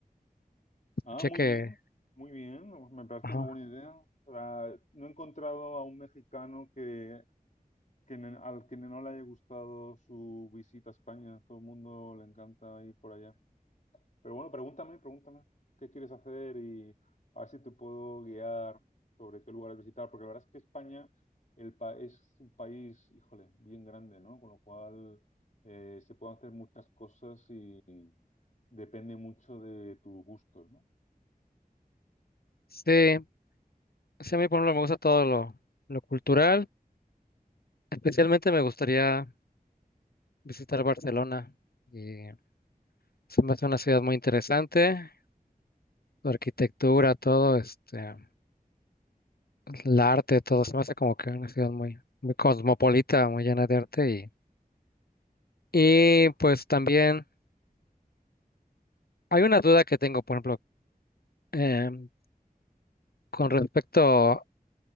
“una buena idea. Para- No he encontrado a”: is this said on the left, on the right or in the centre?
Left